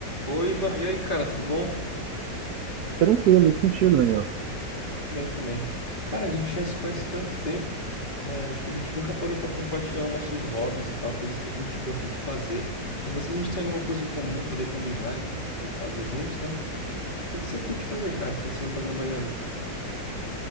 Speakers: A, on the left; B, on the right.
A: Oi, Ivan. E aí, cara, tudo bom?
B: Tranquilo, e contigo, Daniel?
A: Tudo bem também. Cara, a gente já se conhece há tanto tempo, né? Acho que a gente nunca parou pra compartilhar os nossos hobbies e tal, coisas que a gente gosta de fazer, Pra ver se a gente tem alguma coisa em comum, poder combinar de, de fazer juntos, né? O que que você curte fazer, cara, quando você não tá trabalhando?